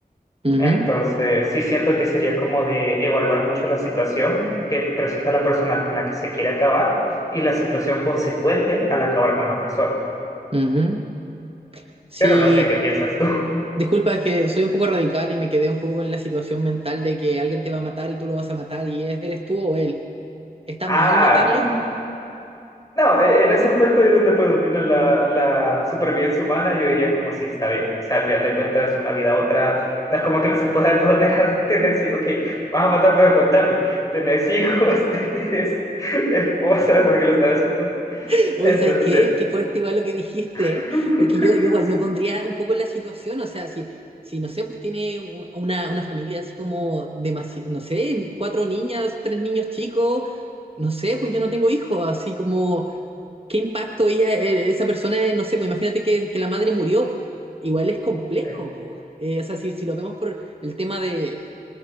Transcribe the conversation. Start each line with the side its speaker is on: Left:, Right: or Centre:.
Right: Ujú,
Left: Entonces, sí siento que sería como de evaluar mucho la situación que presenta la persona con la que se quiere acabar y la situación consecuente al acabar con la persona.
Right: ujú. Sí,
Left: Pero no sé, ¿qué piensas tú?
Right: Disculpa, es que soy un poco radical y me quedé un poco con la situación mental de que alguien te va a matar y tú lo vas a matar y e- eres tú o él. ¿Está
Left: Ah,
Right: mal matarlo?
Left: <laughs> no, e- en ese aspecto es donde predomina la, la supervivencia humana, yo diría como así, está bien. O sea, al final de cuentas, una vida a otra, no es como que no se pueda <laughs> poner a tener, sí, ok, vas a matar, pero contame, tenés hijos, <laughs> tenés esposa, porque lo estás haciendo.
Right: <laughs> Oye,
Left: Entonces,
Right: ¿sabes qué? Qué fuerte igual lo que dijiste,
Left: <laughs>
Right: ¿eh? Porque yo, yo igual
Left: sí,
Right: me pondría un poco en la situación, o sea, si, si no sé, pues tiene un- una, una familia así como demasiado, no sé, cuatro niñas, tres niños chicos, no sé, pues yo no tengo hijos, así como qué impacto ella, eh, esa persona, eh, no sé, pues imagínate que, que la madre murió. Igual es complejo,
Left: sí,
Right: po. Eh, o sea, si, si lo vemos por el tema de,